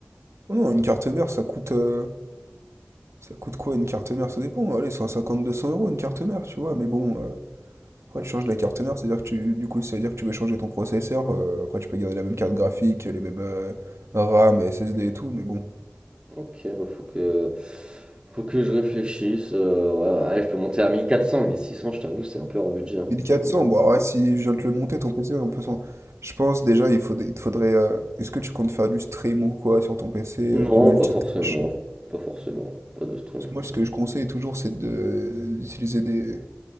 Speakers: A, on the right; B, on the right.
A: Non, non, une carte mère, ça coûte, euh, ça coûte quoi une carte mère? Ça dépend. Allez, 150-200 euros une carte mère, tu vois. Mais bon, euh, Après,
B: Ok,
A: tu changes de la carte mère, c'est-à-dire que tu, du coup, ça veut dire que tu veux changer ton processeur. euh, après, tu peux garder la même carte graphique, les mêmes euh, RAM, SSD et tout, mais bon.
B: ok, bah faut que... Faut que je réfléchisse. euh, ouais, ouais, je peux monter à mille mille quatre cents mille six cents je t'avoue, c'est un peu hors budget. hein,
A: mille
B: je
A: quatre
B: vais pas
A: cents
B: te
A: bon, ouais, si je viens de te le monter, ton PC, on peut s'en- Je pense déjà, il faut, il te faudrait. euh, Est-ce que tu comptes faire du stream ou quoi sur ton PC,
B: Non,
A: euh, du multitâche?
B: pas forcément. Pas forcément. Pas de stream
A: Parce
B: forcément.
A: que moi, ce que je conseille toujours, c'est de- d'utiliser des,